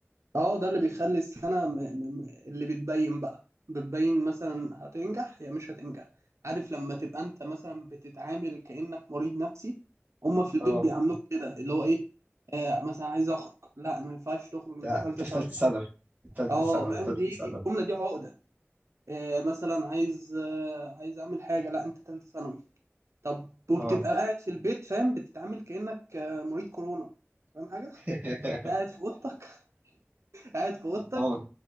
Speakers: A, on the right; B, on the right.
A: اه ده اللي بيخلي السنة م... م... م- اللي بتبين بقى بتبين مثلا هتنجح يا مش هتنجح عارف لما تبقى انت مثلا بتتعامل كأنك مريض نفسي هما في البيت
B: اه
A: بيعاملوك كده اللي هو ايه آه مثلا عايز اخرج لا ما ينفعش تخرج
B: لا
A: انت تالتة
B: انت في
A: سنة
B: ثالثه ثانوي في ثالثه
A: اه
B: ثانوي
A: فاهم
B: في ثالثه
A: دي دي
B: ثانوي
A: الجملة دي عقدة آه مثلا عايز آه عايز اعمل حاجة لا انت تالتة ثانوي طب وبتبقى
B: اه
A: قاعد في البيت فاهم بتتعامل كأنك آه مريض كورونا فاهم حاجة؟ <laughs>
B: <laughs>
A: قاعد في اوضتك <laughs> قاعد في اوضتك
B: اه